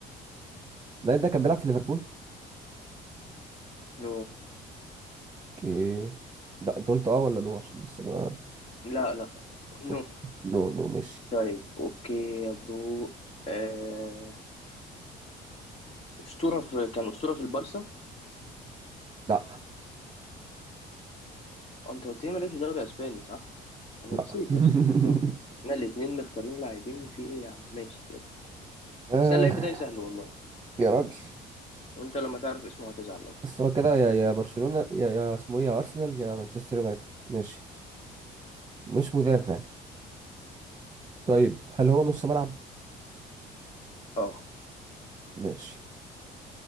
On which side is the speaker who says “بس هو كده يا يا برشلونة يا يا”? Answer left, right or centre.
Right